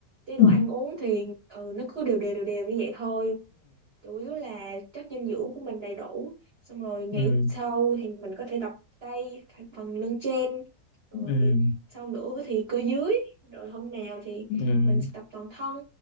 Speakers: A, on the right; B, on the left.
A: chế
B: Ừ.
A: độ ăn uống thì ừ, nó cứ đều đều đều đều như vậy thôi chủ yếu là chất dinh dưỡng của mình đầy đủ xong rồi ngày
B: ừ ừ
A: sau thì mình có thể tập tay phần lưng trên rồi
B: ừ
A: sau nữa thì cơ dưới rồi hôm nào thì
B: ừ
A: mình sẽ tập toàn thân